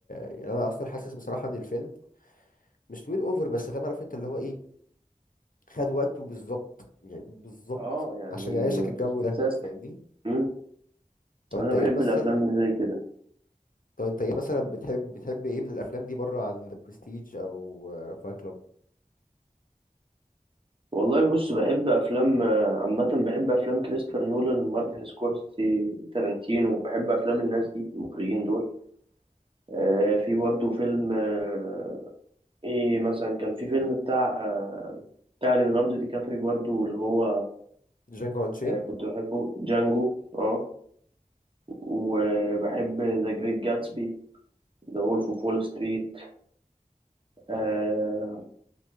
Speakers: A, on the left; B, on the right.
A: يعني انا اصلا حاسس بصراحه ان الفيلم مش طويل اوفر بس فاهم عارف انت اللي هو ايه خد وقته بالظبط يعني بالظبط
B: اه يعني
A: عشان يعيشك الجو ده
B: ساست
A: فاهمني
B: مم.
A: طب انت
B: انا بحب
A: ايه مثلا
B: الافلام اللي زي كده
A: طب انت ايه مثلا بتحب بتحب ايه من الافلام دي بره عن ذا برستيج او فايت كلاب
B: والله بص بحب افلام آه، عامه بحب افلام كريستوفر نولان مارتن سكورسيزي تارانتينو بحب افلام الناس دي المخرجين دول آه، في برضه فيلم آه، ايه مثلا كان في فيلم بتاع آه، بتاع ليوناردو دي كابري برضه اللي هو
A: جانجو انشين
B: آه، كنت بحبه جانجو اه وبحب ذا جريت جاتسبي ذا وولف اوف وول ستريت آه،